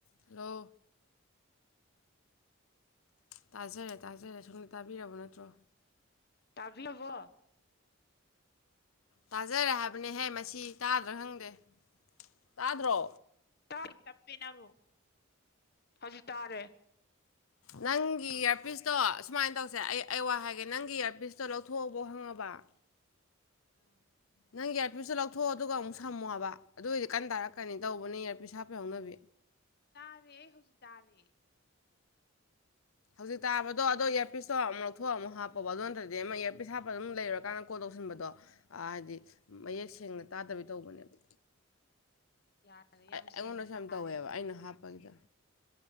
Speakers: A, on the left (about 80°); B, on the left (about 50°).
A: ꯍꯂꯣ ꯇꯥꯖꯔꯦ ꯇꯥꯖꯔꯦ ꯁꯣꯝꯅ ꯇꯥꯕꯤꯔꯕꯣ ꯅꯠꯇ꯭ꯔꯣ
B: ꯇꯥꯛꯂꯕꯣꯁ
A: ꯇꯥꯖꯔꯦ ꯍꯥꯏꯕꯅꯦꯍꯦ ꯃꯁꯤ ꯇꯥꯗ꯭ꯔꯥ ꯈꯪꯗꯦ ꯇꯥꯗ꯭ꯔꯣ
B: ꯇꯞ ꯇꯞꯄꯤ ꯅꯪꯨ ꯍꯧꯖꯤꯛ ꯇꯥꯔꯦ
A: ꯅꯪꯒꯤ ꯏꯌꯥꯔꯄꯤꯁꯇꯣ ꯁꯨꯃꯥꯏꯅ ꯇꯧꯁꯦ ꯑꯩ ꯑꯩ ꯋꯥ ꯍꯥꯏꯒꯦ ꯅꯪꯒꯤ ꯏꯌꯥꯔꯄꯤꯁꯇꯣ ꯂꯧꯊꯣꯛꯑꯕ ꯈꯪꯉꯕ ꯀ
B: ꯑꯥ
A: ꯅꯪꯒꯤ ꯏꯌꯥꯔꯄꯤꯤꯁꯇꯣ ꯂꯧꯊꯣꯛꯑꯣ ꯑꯗꯨꯒ ꯑꯃꯨꯛ ꯁꯝꯃꯣ ꯍꯥꯏꯕ ꯑꯗꯨꯑꯣꯏꯗꯤ ꯀꯟꯅ ꯇꯥꯔꯛꯀꯅꯤ ꯇꯧꯕꯅꯦ ꯏꯌꯥꯔ ꯄꯁ ꯍꯥꯞꯄ ꯌꯥꯎꯅꯕꯤ
B: ꯇꯥꯔꯦ ꯍꯧꯖꯤꯇꯥꯥꯔꯦ
A: ꯍꯧꯖꯤꯛ ꯇꯥꯕꯗꯣ ꯑꯗꯣ ꯏꯔ ꯄꯁꯇꯣ ꯑꯃꯨꯛ ꯂꯧꯣꯛꯑ ꯑꯃꯨꯛ ꯍꯥꯞꯄꯣꯕ ꯑꯗꯨ ꯅꯠꯇ꯭ꯔꯗꯤ ꯑꯃ ꯏꯌꯥꯔꯄꯤꯁ ꯍꯥꯞꯄ ꯑꯗꯨꯝ ꯂꯩꯔꯀꯥꯟꯗ ꯀꯣ ꯇꯍꯟꯕꯗꯣ ꯍꯥꯏꯗꯤ ꯃꯌꯦꯛ ꯁꯦꯡꯅ ꯇꯥꯗꯕꯤꯩ ꯇꯧꯕꯅꯦꯕ
B: ꯌꯥꯔꯦ
A: ꯑꯩ
B: ꯌꯥꯝ
A: ꯑꯩꯉꯣꯟꯗꯁꯨ
B: ꯁꯦꯡꯅ
A: ꯌꯥꯝ
B: ꯇꯥꯔꯦ
A: ꯇꯧꯋꯦꯕ ꯑꯩꯅ ꯍꯥꯞꯄꯒꯤꯗ